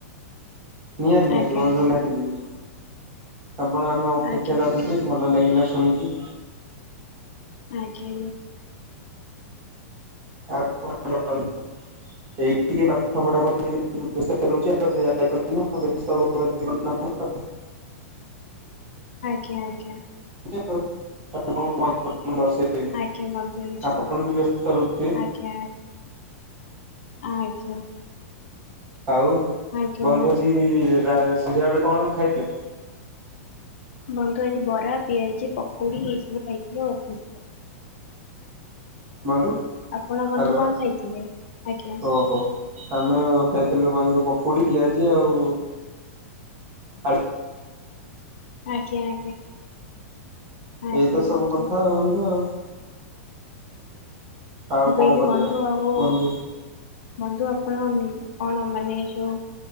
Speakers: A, on the right; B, on the left.
A: ନିଆ ନିହାତି
B: ଆଜ୍ଞା
A: ବନ୍ଧୁ ନିତିେ ଯିବି ଆପଣ ଆମେ ଅପେକ୍ଷାରେ
B: ଆଜ୍ଞା ଆଜ୍ଞା
A: ଅଛନ୍ତି
B: ନିଶ୍ଚୟ
A: ଭଲ ଲାଗିଲା ଶୁଣିକି
B: ଆଜ୍ଞ
A: ଏଇ ଟିକେ ପାଠ ପଢା ଆବ
B: ଆଜ୍ଞା ଆଜ୍ଞା
A: <unintelligible> ମୁ ଦର୍ଶେଇଦେବି
B: ଆଜ୍ଞା ବନ୍ଧୁ ନିଶ୍ଚୟ
A: ଆପଣ ବ୍ୟସ୍ତ ରହୁଥ
B: ଆଜ୍ଞା ଆଜ୍ଞା ଆଜ୍ଞା
A: ଆଉ
B: ଆଜ୍ଞା
A: ବନ୍ଧୁଜି
B: ବନ୍ଧୁ।
A: ସନ୍ଧ୍ୟା ଲବେଳେ କଣ ଖାଇଦେ
B: ବନ୍ଧୁ ଆଜି ବରା ପିଆଜ ପକୁୋଡ଼ି ଏସବୁ ଖାଇଥିଲେଔଧ
A: ବନ୍ଧୁ
B: ଆପଣ ବନ୍ଧୁ
A: ହ୍ୟାଲୋ
B: କଣ ଖାଇଥିଲେ ଆଜ୍ଞା
A: ଓହୋ ଆମେ ଖାଇଥିଲୁ ବନ୍ଧୁ ପକୁଡି ପିଆଜି ଆଉ ଆ
B: ଆଜ୍ଞା ଆଜ୍ଞା ଆଜ୍ଞା
A: ଏଇତ ସବୁ
B: ବନ୍ଧୁ
A: କଥା ଆଉ ବନ୍ଧୁ ଆଉ ଆଉ
B: ମୁଁ କଇଲି
A: କଣ କରିବା
B: ବନ୍ଧୁ ଆଉ
A: ବନ୍ଧୁ
B: ବନ୍ଧୁ ଆପଣ କଣ ମାନେ ଯୋଉ